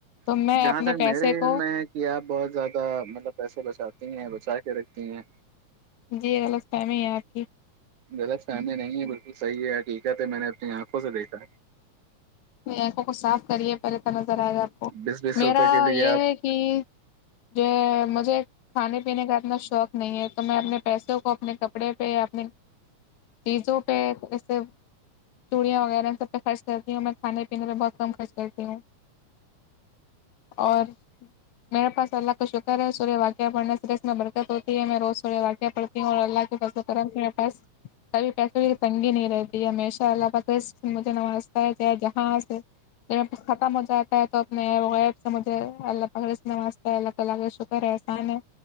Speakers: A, on the left; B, on the right.
A: تو
B: ہیں
A: میں
B: جہاں
A: اپنے
B: تک میرے
A: پیسے
B: علم
A: کو
B: میں ہے کہ آپ بہت زیادہ مطلب پیسے بچاتی ہیں بچا کے رکھتی ہیں
A: جی غلط فہمی ہے آپ کی
B: غلط فہمی نہیں ہے بلکل صحیح ہے ٹھیک ہے پہ میں نے اپنی آنکھوں سے دیکھا
A: اپنی آنکھوں کو صاف کریے پہلے تو نظر آئے گا آپ کو
B: بیس بیس
A: میرا
B: روپے کے لیے
A: یہ
B: آپ
A: ہے کہ کہ مجھے کھانے پینے کا اتنا شوق نہیں ہے تو میں اپنے پیسوں کو اپنے کپڑے پہ اپنے چیزوں پہ جیسے چوڑیاں وغیرہ سب پہ خرچ کرتی ہوں میں کھانے پینے میں بہت کم خرچ کرتی ہوں اور میرے پاس اللہ کاشکر ہے سورہ واقعہ پڑنے سے اس میں برکت دقت ہوتی ہے میں روز سورہ واقعہ پڑتی ہوں اور اللہ کے فضل و کرم سے میرے پاس کبھی پیسے کی تنگی نہیں رہتی ہمیشہ اللہ پاک رزق مجھے نوازتا ہے دےگا ہاں سر یہ ختم ہو جا تا ہے تو اپنے عیب و غیب سے مجھے اللہ تعالی رزق نوازتا ہے اللہ اللہ کاشکر احسان ہے